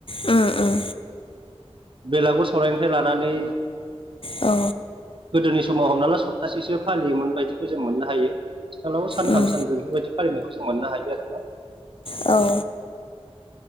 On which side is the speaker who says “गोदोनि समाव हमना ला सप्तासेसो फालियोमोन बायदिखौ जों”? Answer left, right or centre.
Right